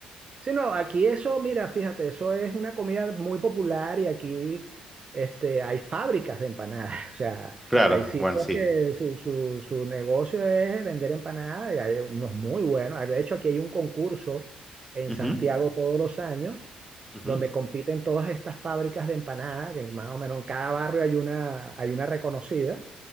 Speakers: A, on the right; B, in the centre.
A: Sí, no, aquí eso, mira, fíjate, eso es una comida muy popular y aquí este, hay fábricas de empanadas. <laughs> O sea,
B: Claro,
A: hay sitios
B: bueno, sí.
A: que su, su, su negocio es vender empanadas y hay unos muy buenos. De hecho, aquí hay un concurso en
B: Ujú,
A: Santiago todos los años
B: ujú,
A: donde compiten todas estas fábricas de empanadas, que más o menos en cada barrio hay una, hay una reconocida.